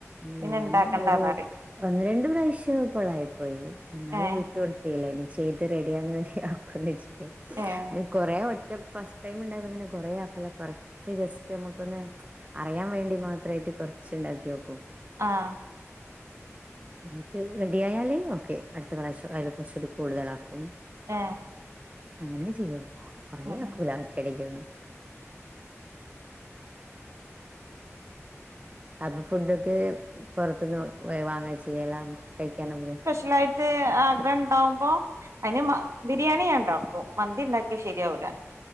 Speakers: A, on the right; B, on the right.
A: ഇവടെണേ
B: പിന്നെ ഇണ്ടാക്കണ്ടാന്നറിം
A: ഒരു ഒന്ന് രണ്ട് പ്രാവശ്യം കൊളായി. പോയി എന്നാലും
B: ഏഹ്
A: വിട്ടു കൊടുത്തില്ല ഇനി ചെയ്ത് റെഡിയാന്ന് റെഡിയാക്കുംന്ന് വെച്ചിട്ടെ
B: <unintelligible>
A: കൊറേ ഒറ്റ ഫസ്റ്റ് ടൈം ഉണ്ടായപ്പോ തന്നെ കൊറേ ആക്കൂല കുറച്ച് ജസ്റ്റ് നമുക്കൊന്ന്. അറിയാൻ വേണ്ടി മാത്രായിട്ട് കൊറച്ച് ഇണ്ടാക്കി നോക്കും.
B: ആഹ്
A: എന്നിട്ട റെഡി ആയാല് ഓക്കെ അടുത്ത പ്റാശ്യം അയല് കുറച്ചുടി കൂ കൂടുതലാക്കും.
B: എ
A: അങ്ങനെ ചെയ്യുള്ളൂ കൊറേ അക്കൂല
B: ഉം
A: ഒറ്റടിക്കൊന്നും. അപ്പൊ ഫുഡൊക്കെ പൊറത്തുന്ന് വാങ്ങാ ചെയ്യല്ല കഴിക്കാനതി.
B: യിട്ട് ആഗ്രഹം ഉണ്ടാവുമ്പോ. അതിന് ബിരിയാണി നാൻ ഉണ്ടാക്കും മന്തി ഉണ്ടാക്കിയാ ശരിയാവൂല്ല.